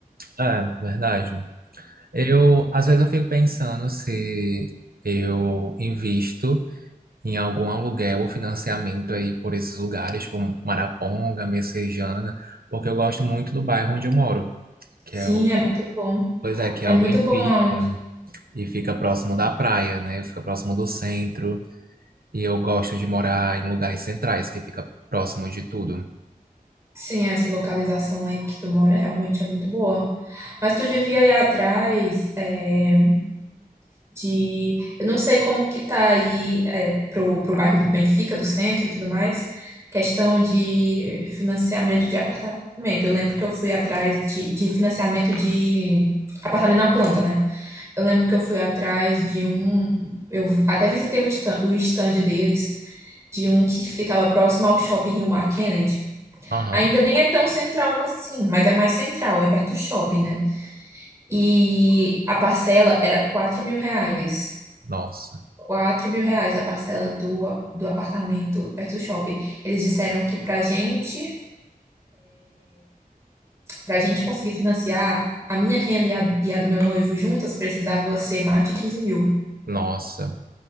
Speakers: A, on the right; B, on the right.
A: É, verdade. Eu, às vezes eu fico pensando se eu invisto em algum aluguel ou financiamento aí por esses lugares, tipo Maraponga, Messejana, porque eu gosto muito do bairro onde eu moro, que
B: Sim,
A: é o,
B: é muito bom.
A: pois é, que é
B: É
A: o
B: muito
A: Benfica,
B: bom aonde.
A: e fica próximo da praia, né? Fica próximo do centro, e eu gosto de morar em lugares centrais, que fica próximo de tudo.
B: Sim, essa localização aí que tu mora realmente é muito boa. Mas tu devia ir atrás é, de. Eu não sei como que tá aí é, pro, pro bairro do Benfica, do centro e tudo mais, questão de financiamento de apartamento. Eu lembro que eu fui atrás de, de financiamento de apartamento na planta, né? Eu lembro que eu fui atrás de um. Eu até visitei o stand, o stand deles, de um que ficava próximo ao shopping Rio Mar Kennedy.
A: Aham,
B: Ainda nem é tão central assim, mas é mais central, é perto do shopping, né? E a parcela era quatro mil reais.
A: Nossa,
B: quatro mil reais a parcela do, do apartamento perto do shopping. Eles disseram que pra gente, pra gente conseguir financiar, a minha renda e a, e a do meu noivo juntas precisava ser mais de 15 mil.
A: nossa.